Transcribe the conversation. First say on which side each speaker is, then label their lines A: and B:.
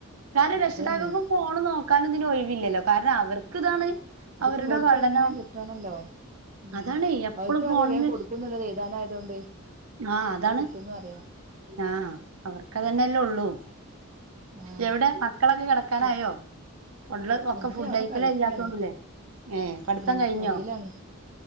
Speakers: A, on the right; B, on the right.
A: കാര്യം
B: അതന്നെ
A: രക്ഷിതാകൾക്കും ഫോ ഫോണ് നോക്കാൻ ഇതിന് ഒഴിവില്ലല്ലോ കാരണം അവർക്ക് ഇതാണ്
B: ഇതിപ്പോ
A: അവരുടെ
B: ഇവർക്ക്
A: പഠനം
B: തന്നേ കിട്ടാണല്ലോ ഉം
A: അതാണ് എപ്പളും
B: അവർക്കും
A: ഫോണിന്
B: അറിയ ഞാൻ കൊടുക്കുന്നുള്ളത് ഏഴ്താനയതുകൊണ്ട്
A: ആഹ്
B: <unintelligible>
A: അതാണ്
B: കിട്ടുന്ന് അറയാ
A: ആഹ് അവറ് ക്കതന്നെല്ലേ ഉള്ളൂ
B: ആഹ്
A: എവിടെ മക്കളൊക്കെ കിടക്കാനായോ
B: കു
A: ഫുഡ് ഒക്കെ
B: ഇല്ല
A: ഫുഡ്യക്കല്
B: അവിടെ കളിക്കാണ്
A: കയ്യാത്തൊണ്ടല്ലേ ഏഹ് പഠിത്തം
B: ഉം
A: കഴിഞ്ഞോ
B: കളിയിലാണ്